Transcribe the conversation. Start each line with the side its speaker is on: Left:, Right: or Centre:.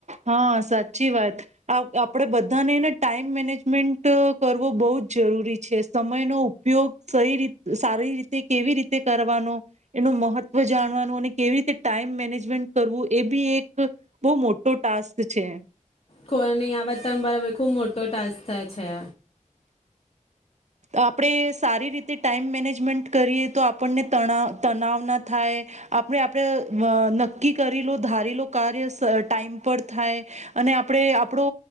Right: હા સાચી વાત આપણેે બધાનેને ટાઈમ મેનેજમેન્ટ કરવો બહુ જ જરૂરી છે સમયનો ઉપયોગ સઈ રી સારી રીતે કેવી રીતે કરવાનો એનું મહત્વ જાણવાનું અને કેવી રીતે ટાઈમ મેનેજમેન્ટ કરવું એ બી એક બહુ મોટો ટાસ્ક છે.
Left: કોઈની આ હ ખુબ મોટો ટાસ્ થ છે.
Right: આપણે સારી રીતે ટાઈમ મેનેજમેન્ટ કરીએ તો આપણને તણ તણવ ના થાય, આપણે આપણે નક્કી કરીલો ધારેલો કાર્ય ટાઈમ પર થાય, અને આપણે આપણો